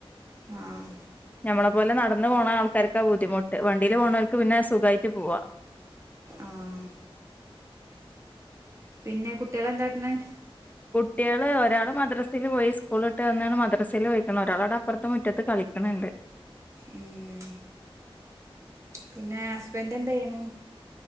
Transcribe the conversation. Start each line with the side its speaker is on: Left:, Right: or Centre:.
Right: ആഹ്
Left: ഞമ്മളെ പോലെ നട ന്ന് പോണ ആൾക്കാർക്ക ബുദ്ധിമുട്ട് വണ്ടിൽ പോണോർക്ക് പിന്നെ സുഖായിട്ട് പോവാ.
Right: ആഹ് പിന്നെ കുട്ടികളെന്താക്ക്ണ്.
Left: കുട്ട്യേൾ ഒരാൾ മദ്രസിൽ പോയി സ്കൂളിട്ട് വന്നാണ്ട് മദ്രസിൽ പോയിക്ക്ണ് ഒരാള് അവ്ടെ അപ്പൊറത്ത് മുറ്റത്ത് കളിക്ക്ണ്ണ്ണ്ട്.
Right: ഉം. പിന്നെ ഹസ്ബെന്റ് എന്തെയ്യ്ണ്.